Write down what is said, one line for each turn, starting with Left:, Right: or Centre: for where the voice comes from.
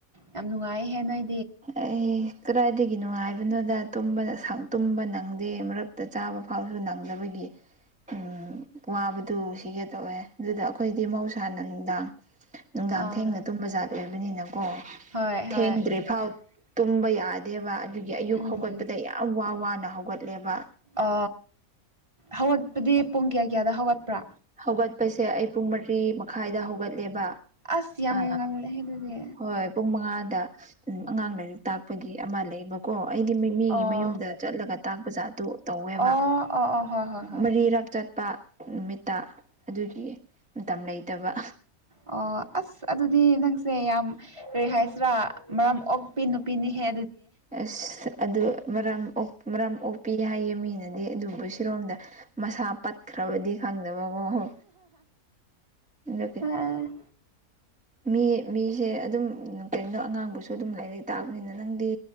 Right: ꯌꯥꯝ ꯅꯨꯡꯉꯥꯏꯍꯦ ꯅꯣꯏ
Centre: ꯑꯩ ꯀꯗꯥꯏꯗꯒꯤꯅꯣꯉꯥꯏꯕꯅꯣꯗ ꯇꯨꯝꯕ ꯅꯪꯗꯦ ꯃꯔꯛꯇ ꯆꯥꯕ ꯐꯥꯎꯁꯨ ꯅꯪꯗꯕꯒꯤ ꯎꯝ ꯋꯥꯕꯗꯨ ꯁꯤꯒꯦ ꯇꯧꯋꯦ ꯑꯗꯨꯗ ꯑꯩꯈꯣꯏꯗꯤ ꯃꯍꯧꯁꯥꯅ ꯅꯨꯡꯗꯥꯡ ꯅꯨꯡꯗꯥꯡ
Right: ꯑꯥ
Centre: ꯊꯦꯡꯅ ꯇꯨꯝꯕ ꯖꯥꯠ ꯑꯣꯏꯕꯅꯤꯅ ꯑꯣ
Right: ꯍꯣꯏ
Centre: ꯊꯦꯡꯗ꯭ꯔꯤꯐꯥꯎ
Right: ꯍꯣꯏ
Centre: ꯇꯨꯝꯕ ꯌꯥꯗꯦꯕ ꯑꯗꯨꯒꯤ ꯑꯌꯨꯛ
Right: ꯎꯝ
Centre: ꯍꯧꯒꯠꯄꯗ ꯌꯥꯝ ꯋꯥ ꯋꯥꯅ ꯍꯧꯒꯠꯂꯦꯕ
Right: ꯑ ꯍꯧꯒꯠꯄꯗꯤ ꯄꯨꯡ ꯀꯌꯥ ꯀꯌꯥꯗ ꯍꯧꯒꯠꯄ꯭ꯔꯥ
Centre: ꯍꯧꯒꯠꯄꯁꯦ ꯑꯩ ꯄꯨꯡ ꯃꯔꯤ ꯃꯈꯥꯏꯗ ꯍꯧꯒꯠꯂꯦꯕ
Right: ꯑꯁ ꯌꯥꯝ
Centre: ꯑ
Right: ꯉꯜꯂꯦꯍꯦ ꯑꯗꯨꯗꯤ
Centre: ꯍꯣꯏ ꯄꯨꯡ ꯃꯉꯥ ꯑꯉꯥꯡ ꯂꯥꯏꯔꯤꯛ ꯇꯥꯛꯄꯒꯤ ꯑꯃ ꯂꯩꯕꯀꯣ ꯑꯩꯗꯤ ꯃꯤꯒꯤ
Right: ꯑꯣ
Centre: ꯃꯌꯨꯝꯗ ꯆꯠꯂꯒ ꯇꯥꯛ ꯖꯥ ꯑꯗꯨ ꯇꯧꯋꯦꯕ
Right: ꯑꯣ ꯑꯣ ꯑꯣ ꯍꯣꯏ ꯍꯣꯏ ꯍꯣꯏ
Centre: ꯃꯔꯤꯔꯛ ꯆ ꯂꯄꯥ ꯅꯨꯃꯤꯠꯇ ꯑꯗꯨꯒꯤ ꯃꯇꯝ ꯂꯩꯇꯕ
Right: ꯑꯣ ꯑꯁ ꯑꯗꯨꯗꯤ ꯅꯪꯁꯦ ꯌꯥꯝ ꯀꯔꯤ ꯍꯥꯏꯁꯤꯔꯥ ꯃꯔꯝ ꯑꯣꯛꯄꯤ ꯅꯨꯄꯤꯅꯤ ꯍꯦ
Centre: ꯑꯁ ꯑꯗꯨ ꯃꯔꯝ ꯃꯔꯥꯝ ꯑꯣꯛꯄꯤ ꯍꯥꯏꯌꯦ ꯃꯤꯅꯗꯤ ꯑꯗꯨꯕꯨ ꯁꯤꯔꯣꯝꯗ ꯃꯁꯥ ꯄꯠꯈ꯭ꯔꯕꯗꯤ ꯈꯪꯗꯕꯀꯣ ꯑꯗꯨꯒꯤ
Right: ꯑ
Centre: ꯃꯤ ꯃꯤꯁꯦ ꯑꯗꯨꯝ ꯀꯔꯤꯝꯣ ꯑꯉꯥꯡꯕꯁꯨ ꯑꯗꯨꯝ ꯂꯥꯏꯔꯤꯛ ꯇꯥꯕꯅꯤꯅ ꯅꯪꯗꯤ